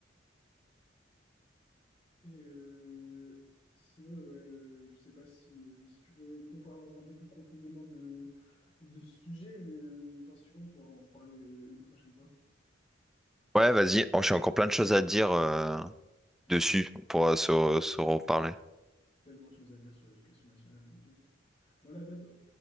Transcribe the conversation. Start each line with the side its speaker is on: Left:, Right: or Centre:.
Left: Et euh, sinon, ouais, euh, je sais pas si, euh, si tu veux qu'on parle encore un peu plus profondément de, de ce sujet, mais euh, enfin, si tu veux, on pourra en reparler une prochaine fois.
Centre: Ouais, vas-y. Oh, j'ai encore plein de choses à dire euh, dessus. On pourra se,
Left: Ah bah, il y a
Centre: se reparler.
Left: tellement de choses à dire sur l'éducation nationale, mon Dieu. Voilà, à bientôt.